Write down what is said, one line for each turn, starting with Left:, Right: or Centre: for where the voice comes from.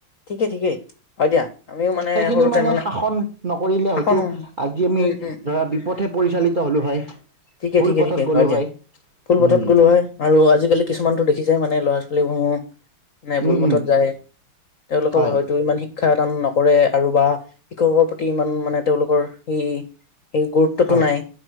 Left: কে ঠিকেই, হয় দিয়া। আমিও মানে
Right: সেইখিনি
Left: সৰুতে
Right: মানে শাসন নকৰিলে
Left: শাসন
Right: হয়তো আজি আমি
Left: উম উম উম
Right: ধৰা বিপথে পৰিচালি ত হ'লো হয়।
Left: ঠিকে,
Right: ভুল
Left: ঠিকে,
Right: পথত
Left: ঠিকে
Right: গ'লো
Left: হয় দিয়া ভুলপথত
Right: উম
Left: গ'লো হয় আৰু আজিকালি কিছুমানতো দেখিছাই মানে ল'ৰা <unintelligible> নাই ভুলপথত
Right: উম উম
Left: যায় তেওঁলোকক
Right: হয়
Left: হয়তো ইমান শিক্ষা দান নকৰে। আৰু বা শিক্ষকৰ প্ৰতি ইমান মানে তেওঁলোকৰ সি সেই গুৰুত্বটো
Right: হয়
Left: নাই।